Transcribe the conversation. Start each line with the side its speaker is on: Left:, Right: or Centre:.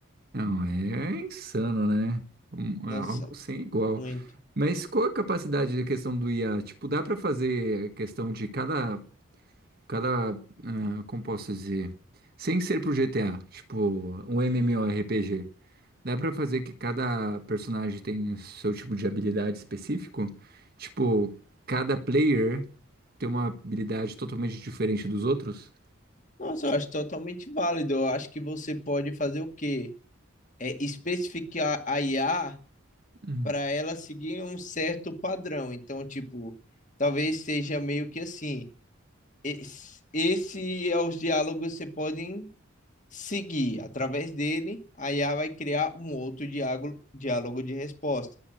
Right: Não, é insano, né? Um-
Left: Nossa,
Right: É algo sem igual.
Left: muito.
Right: Mas qual é a capacidade de questão do IA? Tipo, dá pra fazer questão de cada, cada, ah, como posso dizer, sem ser pro GTA, tipo, um MMORPG. Dá pra fazer que cada personagem tem o seu tipo de habilidade específico? Tipo, cada player tem uma habilidade totalmente diferente dos outros?
Left: Nossa, eu acho totalmente válido. Eu acho que você pode fazer o quê? É especificar a IA
Right: Hum.
Left: para ela seguir um certo padrão. Então, tipo, talvez seja meio que assim, es- esse é os diálogos que você podem seguir através dele, a IA vai criar um outro diálogo, diálogo de resposta.